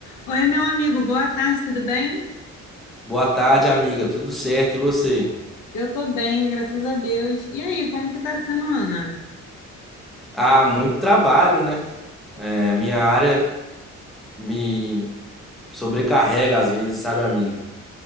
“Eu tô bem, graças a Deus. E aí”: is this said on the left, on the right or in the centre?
Left